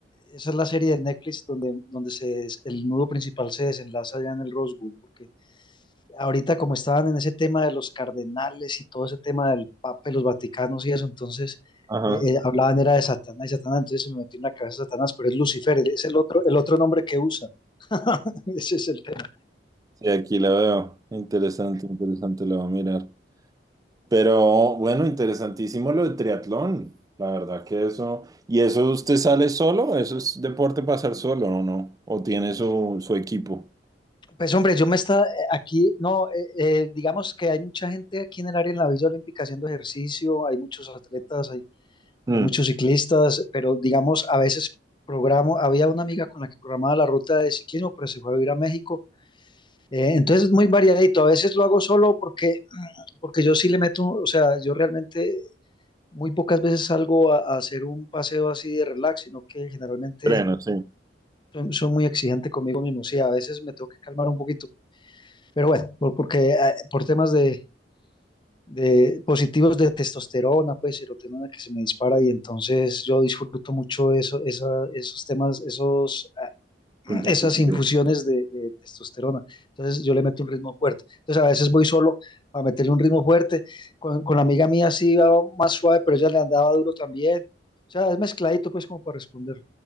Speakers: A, on the left; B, on the right.
A: Esa es la serie de Netflix donde, donde se, des- el nudo principal se desenlaza ya en el Rose Bowl, porque ahorita como estaban en ese tema de los cardenales y todo ese tema del Papa, y los Vaticanos y eso, entonces
B: Ajá.
A: eh, eh, hablaban era de Satanás y Satanás, entonces se me metió en la cabeza Satanás, pero es Lucifer, es el otro, el otro nombre que usa. <laughs> Ese es el tema.
B: Sí, aquí la veo. Interesante, interesante, la voy a mirar. Pero bueno, interesantísimo lo del triatlón. La verdad que eso. ¿Y eso usted sale solo? ¿Eso es deporte para hacer solo o no? ¿O tiene su, su equipo?
A: Pues hombre, yo me está eh, aquí, no, eh, eh, digamos que hay mucha gente aquí en el área en la Villa Olímpica haciendo ejercicio, hay muchos atletas, hay,
B: Mm,
A: hay muchos ciclistas, pero digamos a veces programo, había una amiga con la que programaba la ruta de ciclismo, pero se fue a vivir a México Eh, entonces es muy variadito. A veces lo hago solo porque, porque yo sí le meto, o sea, yo realmente muy pocas veces salgo a, a hacer un paseo así de relax, sino que generalmente
B: entreno, sí.
A: soy, soy, muy exigente conmigo mismo. Sí, a veces me tengo que calmar un poquito. Pero bueno, por, porque eh, por temas de, de positivos de testosterona, pues serotonina que se me dispara y entonces yo disfruto mucho eso, esa, esos temas, esos
B: Competitivo.
A: esas infusiones de, de, testosterona. Entonces yo le meto un ritmo fuerte. Entonces a veces voy solo a meterle un ritmo fuerte. Con, con la amiga mía sí iba más suave, pero ella le andaba duro también. O sea, es mezcladito pues como para responder.